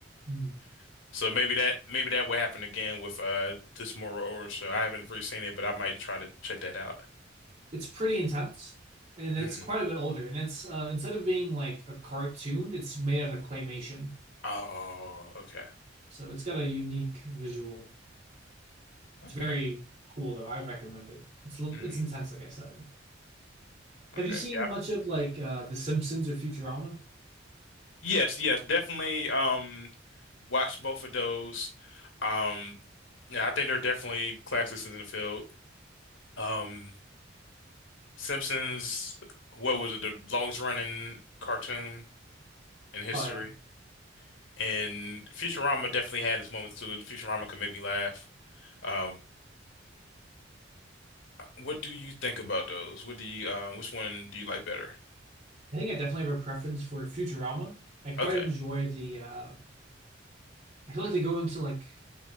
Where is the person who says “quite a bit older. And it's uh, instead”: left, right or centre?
Right